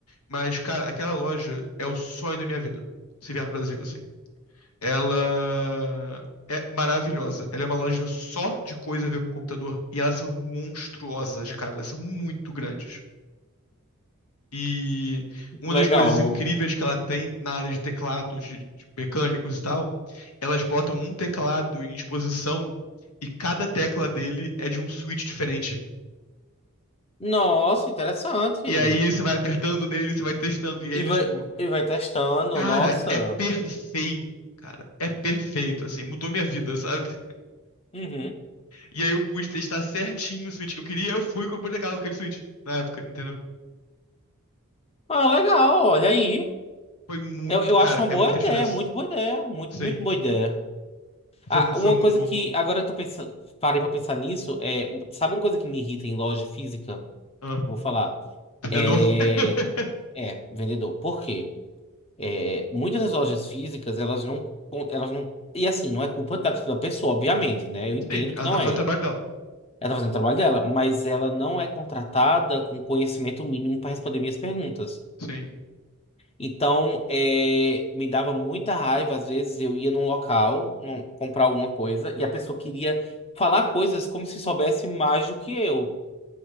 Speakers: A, on the left; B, on the left.
A: mas, cara, aquela loja é o sonho da minha vida, se vier pro Brasil, assim. Ela é maravilhosa. Ela é uma loja só de coisa a ver com computador. E elas são monstruosas, cara. Elas são muito grandes. E uma
B: Legal.
A: das coisas incríveis que ela tem na área de teclados, de, de mecânicos e tal, elas botam um teclado em exposição e cada tecla dele é de um switch diferente.
B: Nossa, interessante.
A: E aí você vai apertando nele, você vai testando. E aí
B: E
A: ele,
B: vai,
A: tipo,
B: e vai testando,
A: cara,
B: nossa.
A: é perfeito, cara. É perfeito, assim, mudou minha vida, sabe?
B: Uhum.
A: E aí eu pude testar certinho o Switch que eu queria, eu fui e comprei aquela- aquele Switch na época, entendeu?
B: Ah, legal, olha aí.
A: Foi muito
B: Eu, eu acho
A: cara,
B: uma boa
A: é muita
B: ideia,
A: diferença.
B: muito boa ideia, muito,
A: Sim,
B: muito boa ideia. Ah,
A: foi, foi
B: uma
A: muito
B: coisa
A: bom.
B: que agora eu tô pensando, parei pra pensar nisso, é, sabe uma coisa que me irrita em loja física? Eu
A: Ah,
B: Vou falar.
A: vendedor?
B: É,
A: <laughs>
B: é vendedor. Por quê? É, muitas das lojas físicas, elas não, elas não, e assim, não é culpa da, da pessoa, obviamente, né? Eu entendo
A: Sim, ela
B: que não
A: tá
B: é.
A: fazendo o trabalho dela.
B: Ela tá fazendo o trabalho dela, mas ela não é contratada com conhecimento mínimo para responder minhas perguntas.
A: Sim,
B: Então, é, me dava muita raiva, às vezes eu ia num local num- comprar alguma coisa e a pessoa queria falar coisas como se soubesse mais do que eu.